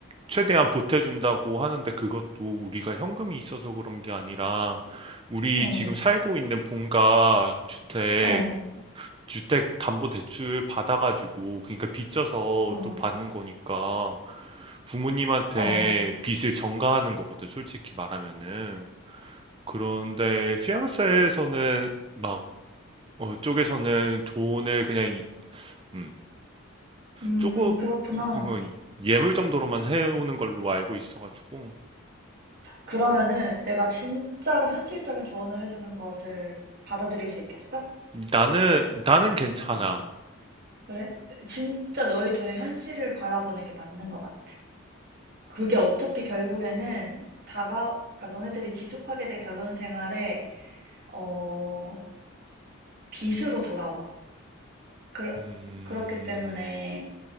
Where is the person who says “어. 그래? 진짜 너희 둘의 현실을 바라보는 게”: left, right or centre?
Right